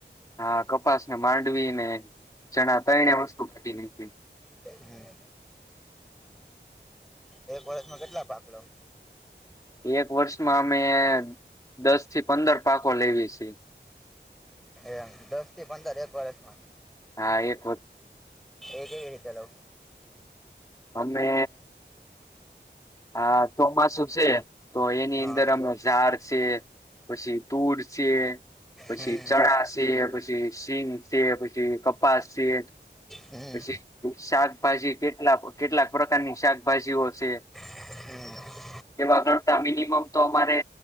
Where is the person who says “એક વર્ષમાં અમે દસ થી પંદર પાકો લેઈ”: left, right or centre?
Left